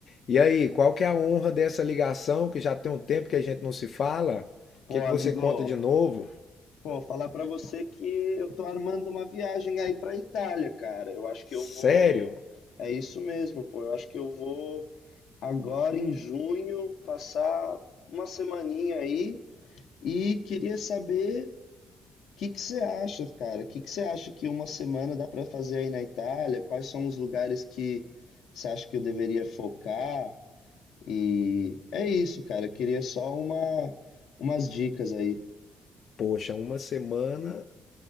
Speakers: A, on the left; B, on the left.
A: E aí, qual que é a honra dessa ligação que já tem um tempo que a gente não se fala?
B: Pô,
A: O que que
B: amigo,
A: você conta de novo?
B: pô, falar pra você que eu tô armando uma viagem aí pra Itália, cara. Eu acho
A: Sério?
B: que eu vou. É isso mesmo, pô. Eu acho que eu vou agora em junho passar uma semaninha aí e queria saber. que que você acha, cara? O que que você acha que uma semana dá para fazer aí na Itália? Quais são os lugares que você acha que eu deveria focar? E é isso, cara. Eu queria só uma, umas dicas aí.
A: Poxa, uma semana